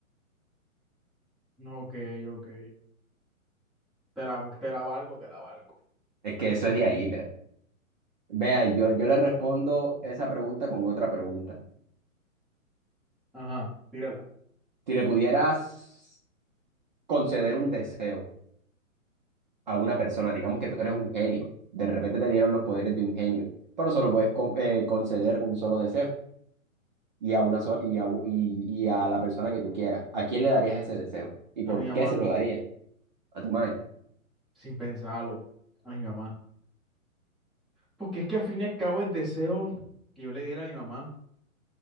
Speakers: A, in the centre; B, on the right.
A: No, Ok, ok. Te la, te la valgo, te la valgo.
B: Es que eso es de ahí, pero. Vea, yo, yo le respondo esa pregunta con otra pregunta.
A: Ajá, tírala.
B: Si le pudieras conceder un deseo a una persona, digamos que tú eres un genio, de repente te dieron los poderes de un genio, pero solo puedes con- eh, conceder un solo deseo y a una sola, y a, u- y, y a la persona que tú quieras. ¿A quién le darías ese deseo? ¿Y por
A: A mi mamá,
B: qué se lo darías? ¿A tu madre?
A: sin pensarlo. A mi mamá. Porque es que al fin y al cabo el deseo que yo le diera a mi mamá.